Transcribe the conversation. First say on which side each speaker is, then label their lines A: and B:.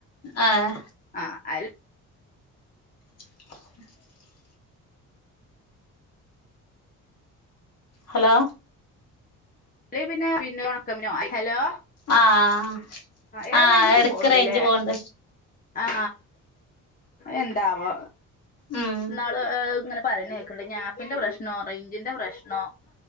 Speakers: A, on the left (about 50°); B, on the left (about 25°).
A: ആഹ
B: ആ അ
A: <inaudible> ഹലോ
B: <unintelligible> ഹലോ
A: ആഹ
B: ഏ
A: ആ
B: റേഞ്ച്
A: എടക്ക്റേഞ്ച്
B: പോവ്ണ്ട്ല്ലേ
A: പോണ്ട്
B: ആ എന്താവോ
A: ഉം
B: നാള് ഇങ്ങനെ പറഞ്ഞഞ് കേക്ണ്ട് ആപ്പിന്റെ പ്രശ്നം റെയിഞ്ചിന്റെ പ്രശ്നം